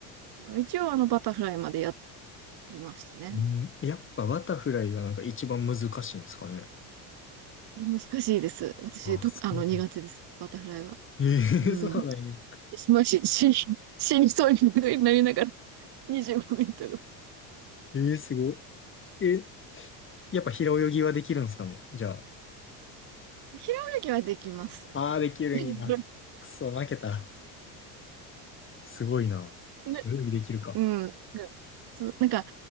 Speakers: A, on the right; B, on the left.
A: 一応あのバタフライまでやりましたね。
B: うんやっぱバタフライがなんか一番難しいんですかね。
A: いや難しいです。私と、
B: あ、そう。
A: あの苦手です。バタフライは。
B: えー
A: うん。
B: <laughs> そうなんや。
A: もし、死に、死にそうになりながら25メートル。
B: えーすごい。え、やっぱ平泳ぎはできるんですかね。じゃあ。
A: 平泳ぎはできます。
B: ああ、できるんや。
A: <laughs>
B: くそ、負けた。すごいな。
A: な
B: 平泳ぎできるか。
A: うん。なそう、なんか、